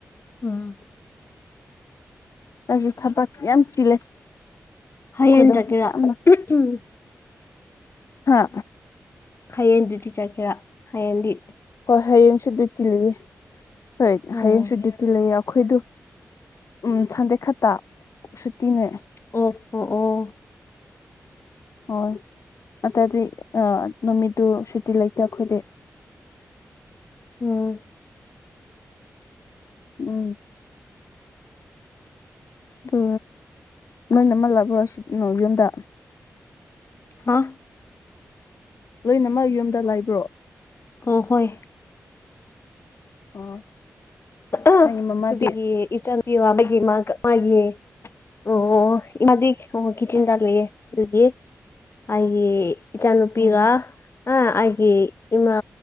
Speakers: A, on the left; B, on the left.
A: ꯑꯥ
B: ꯔꯁꯤ ꯊꯕ ꯌꯥꯝ ꯆꯤꯜꯂꯦ
A: ꯍꯌꯦꯡ
B: ꯑꯩꯈꯣꯏꯗꯣ
A: ꯆꯒꯦꯔꯥ
B: ꯌꯥꯝꯅ
A: ꯎꯝ
B: ꯍꯥ
A: ꯍꯌꯦꯡꯗꯨꯗꯤꯤ ꯆꯠꯀꯦꯔꯥ ꯍꯌꯦꯡꯗꯤ
B: ꯍꯌꯦꯡ ꯁꯨ ꯇꯤꯜꯂꯤ ꯍꯣꯏ
A: ꯎꯝ
B: ꯍꯌꯦꯡ ꯁꯨ ꯇꯤꯜꯂꯤ ꯑꯩꯈꯣꯏꯗ ꯎꯝ ꯁꯟꯗꯦ ꯈꯛꯇ ꯁꯨꯇꯤꯅꯦ
A: ꯑꯣ ꯑꯣ ꯑꯣ
B: ꯍꯣꯏ ꯑꯗꯨꯗꯤ ꯅꯨꯃꯤꯠꯇꯨ ꯁꯨꯇꯤ ꯂꯩꯇꯦ ꯑꯩꯈꯣꯏꯗꯤ
A: ꯎꯝ
B: ꯎꯝ ꯑꯗꯨ ꯅꯣꯏ ꯅꯃꯜꯂꯕ꯭ꯔꯣ ꯁꯤꯅ ꯌꯨꯝꯗ
A: ꯍꯥ
B: ꯂꯣꯏꯅꯃꯛ ꯌꯨꯝꯗ ꯂꯥꯏꯕ꯭ꯔꯣ
A: ꯑꯣ ꯍꯣꯏ
B: ꯑꯣ
A: ꯑ
B: ꯅꯪꯒꯤ ꯃꯃꯥꯗꯤ
A: ꯍꯧꯒꯤ ꯏꯆ ꯄ ꯃꯥ ꯃꯥꯒꯤ ꯑꯣ ꯃꯗꯤ ꯑꯣ ꯀꯤꯆꯟꯗ ꯂꯩꯑꯦ ꯑꯗꯨꯒꯤ ꯍꯥꯏꯦ ꯏꯆꯥꯅꯨꯄꯤꯒ
B: ꯎꯝ
A: ꯑꯩꯒꯤ ꯏꯃꯥ